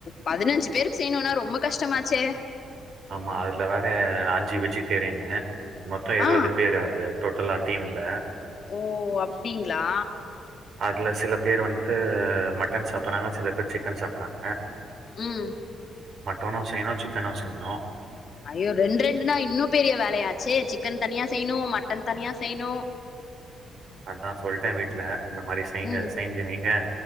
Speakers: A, on the left; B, on the right.
A: பதினஞ்சு பேருக்கு செய்யணும்னா ரொம்ப கஷ்டமாச்சே
B: ஆமா அதுல வேற அஞ்சு வெஜிடேரியனு மொத்தோ இருபது
A: ஆ
B: பேரு அது டோட்டலா டீம்ல
A: ஓ அப்டிங்களா
B: அதுல சில பேர் வந்துட்டு மட்டன் சாப்பறாங்க சில பேர் சிக்கன் சாப்பறாங்க
A: ம்
B: மட்டனு செய்ணு சிக்கனு செய்ணு
A: அய்யோ ரெண்டு ரெண்டுனா இன்னு பெரிய வேலயாச்சே சிக்கன் தனியா செய்ணு மட்டன் தனியா செய்ணு
B: அதா சொல்ட வீட்டுல இந்த மாரி செய்ங்க
A: ம்
B: செஞ்சு வைங்க